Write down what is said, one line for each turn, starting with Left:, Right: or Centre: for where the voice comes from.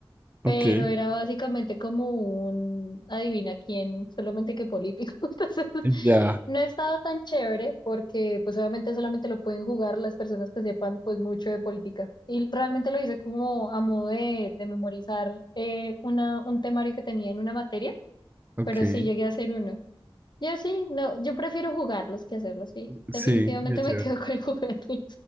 Left: pero
Right: ok.
Left: era básicamente como un adivina quién, solamente que político. <laughs> Entonces,
Right: Ya,
Left: no he estado tan chévere porque pues obviamente solamente lo pueden jugar las personas que sepan pues mucho de política. Y realmente lo hice como a modo de, de memorizar eh, una, un temario que tenía en una materia,
Right: ok.
Left: pero sí llegué a hacer uno. Yo sí, no, yo prefiero jugarlos que hacerlos, sí.
Right: Sí,
Left: Definitivamente
Right: qué chévere.
Left: me <laughs> quedo con jugarlos.